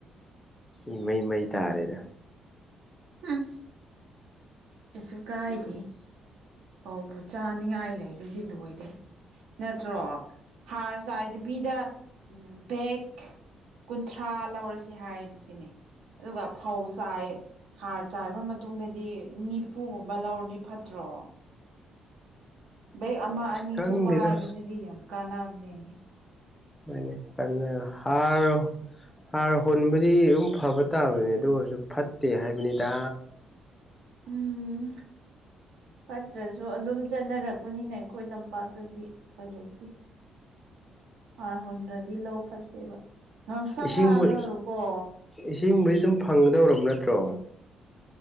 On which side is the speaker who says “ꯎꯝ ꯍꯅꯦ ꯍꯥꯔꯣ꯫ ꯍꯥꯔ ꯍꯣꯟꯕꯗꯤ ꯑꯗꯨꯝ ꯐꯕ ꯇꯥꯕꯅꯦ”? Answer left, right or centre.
Left